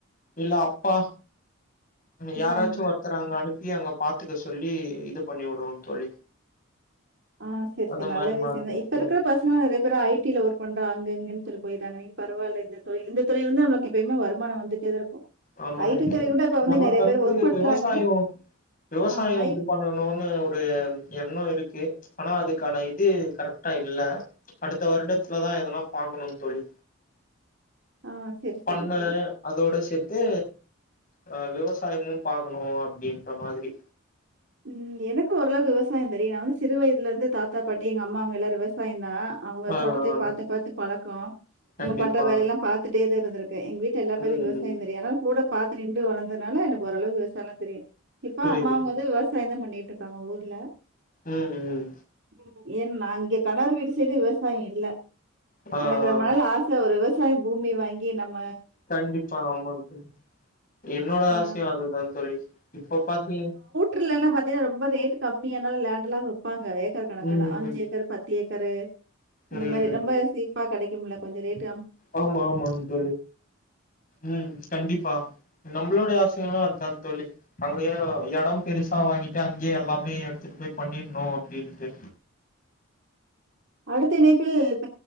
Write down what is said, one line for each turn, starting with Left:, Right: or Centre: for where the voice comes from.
Left: இல்ல அப்பா அங்க யாராச்சு
Right: ம்
Left: ஒர்த்தர அங்க அனுப் ப்பி அங்க பாத்துக்க சொல்லி இது பண்ணி வுடுவோ தோழி
Right: ஆஹ் சரி சரி
Left: அந்த
Right: நல்ல
Left: மாரி
Right: விசயம்
Left: மாத்தி
Right: தா
Left: விட்டு
Right: இப்ப இருக்கற பசங்க நிறைய பேரு ஐடில்ல ஒர்க் பண்றாங்க அங்கே இங்கேன்னு சொல் போய்ட்றாங்க நீங்க பரவாயில்ல இந்த தொழில் இந்த தொழில் இருந்து நமக்கு எப்பயுமே வருமானம் வந்துட்டே தான் இருக்கும்
Left: ஆமாங்
Right: ஐ டி துறை கூட இப்ப
Left: நமக்கு
Right: நெறைய
Left: வந்து
Right: பேர் ஒர்க் பண்றாங்க
Left: விவசாயம் விவசாயம்
Right: ஆ ஐ
Left: இது பண்ணணுனு ஒரு எண்ணோ இருக்கு ஆனா அதுக்கான இது கரக்டா இல்ல அடுத்த வருடத்துலதான் எதனா பாக்கணும் தோழி
Right: ஆ சரி
Left: பண்ணு
Right: சரி சரி
Left: அதோடே செ து அஹ் விவசாயமும் பாக்கணும் அப்டின்ற மாதிரி
Right: உம் எனக்கும் ஓரளவு விவசாயம் தெரியும் சிறு வயதுல இருந்து தாத்தா பாட்டி எங்க அம்மா அவுங்க எல்லாரும் விவசாயதா அவுங்க
Left: ஆ
Right: தோட்டத்தே
Left: ஆ
Right: பாத்து பாத்து பழக்கம் அவுங்க
Left: கண்டிப்பா
Right: பண்ற வேலையெல்லாம் பாத்து <unintelligible> எங் வீட்ல எல்லாபேருக்கும்
Left: ம்
Right: விவசாயம் தெரியும் யாராவது கூட பாத்து நின்று வளந்ததனால எனக்கு ஓரளவு விவசாயெல்லாம் தெரியும் இப்ப
Left: புரியுது
Right: அம்மாவங்க
Left: புரி
Right: என்ன பண்ணிட்டுருக்காங்க ஊர்ல
Left: உம் உம்
Right: ஓ. ஏன்னா இங்கே கணவர் <unintelligible> சைடு விவசாயம் இல்லே
Left: ஆ ஆ
Right: எனக்கு ரொம்ப நாள் ஆசை ஒரு விவ விவசாய பூமி வாங்கி நம்
Left: கண்டிப்பா ஆமா தோழி என்னோட
Right: ஆ
Left: ஆசையும் அதுதான் தோழி இப்போ பாத்தீங்
Right: லல்லா பாத்தீங்கனா ரொம்ப ரேட் கம்மியான லேண்ட எல்லா ப்பாங்க ஏக்கர் கணக்கா
Left: ம்
Right: அஞ்சு
Left: ம்
Right: ஏக்கர் பத்து ஏக் கரு அந்த
Left: ம்
Right: மாறி ரொம்ப சீப்பா கெடைக்குமல்ல கொஞ்சோ ரேட்
Left: ஆமா ஆமாங் தோழி ம் கண்டிப்பா நம் என்னுடைய ஆசையெல்லாம் அதா தோழி அங்கேயே எடம் பெருசா வாங்கிட்டு அங்கேயே எல்லாமே எடுத்துட்டு போய் பண்ணிருனோ அப்டின்ட்டு
Right: அடுத்த இணைப்பு